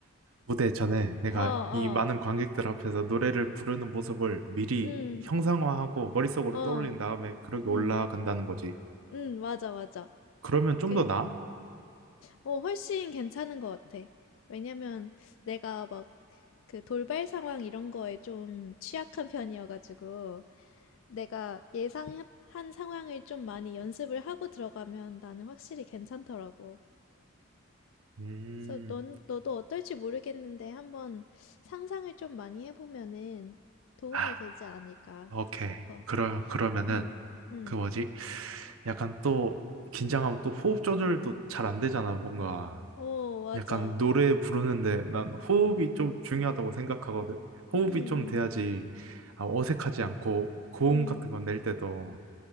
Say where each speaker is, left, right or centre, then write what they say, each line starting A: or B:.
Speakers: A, on the right; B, on the left.
A: 무대 전에 내가
B: 어, 어,
A: 이 많은 관객들 앞에서 노래를 부르는 모습을 미리
B: 음,
A: 형상화하고 머릿속으로
B: 어,
A: 떠올린 다음에 그렇게
B: 음,
A: 올라간다는 거지.
B: 음, 맞아, 맞아.
A: 그러면 좀
B: 그,
A: 더 나아?
B: 어, 훨씬 괜찮은 것 같아. 왜냐면 내가 막 그 돌발 상황 이런 거에 좀 취약한 편이어가지고 내가 예상한 상황을 좀 많이 연습을 하고 들어가면 나는 확실히 괜찮더라고.
A: 음.
B: 그래서 넌, 너도 어떨지 모르겠는데 한번 상상을 좀 많이 해보면은 도움이
A: 아.
B: 되지 않을까
A: 오케이.
B: 싶어.
A: 그러, 그러면은,
B: 응, 응.
A: 그 뭐지? 약간 또, 긴장하면 또 호흡 조절도 잘 안 되잖아, 뭔가.
B: 오, 맞아.
A: 약간 노래 부르는데 난 호흡이 좀 중요하다고 생각하거든. 호흡이
B: 응, 응,
A: 좀 돼야지 아, 어색하지 않고 고음
B: 응.
A: 같은 건 낼 때도